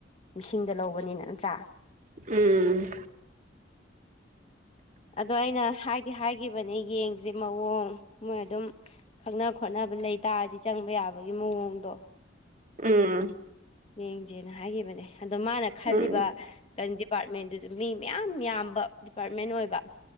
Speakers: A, on the left; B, on the right.
A: ꯃꯤꯁꯤꯡꯗ ꯂꯧꯕꯅꯤꯅ ꯅꯠꯇ꯭ꯔꯥ
B: ꯎꯝ
A: ꯑꯗꯣ ꯑꯩꯅ ꯍꯥꯏꯗꯤ ꯍꯥꯏꯈꯤꯕꯅꯦ ꯌꯦꯡꯁꯦ ꯃꯑꯣꯡ ꯃꯣꯏ ꯑꯗꯨꯝ ꯈꯪꯅ ꯈꯣꯠꯅꯕ ꯂꯩ ꯇꯥꯔꯗꯤ ꯆꯪꯕ ꯌꯥꯕꯒꯤ ꯃꯑꯣꯡꯗꯣ
B: ꯎꯝ
A: ꯌꯦꯡꯁꯦꯅ ꯍꯥꯏꯈꯤꯕꯅꯦ ꯑꯗꯣ ꯃꯥꯅ ꯈꯜꯂꯤꯕ
B: ꯎꯝ
A: ꯀ ꯗꯤꯄꯥꯔꯠꯃꯦꯟꯗꯨꯁꯨ ꯃꯤ ꯃꯌꯥꯝ ꯌꯥꯝꯕ ꯗꯤꯄꯥꯔꯠꯃꯦꯟ ꯑꯣꯏꯕ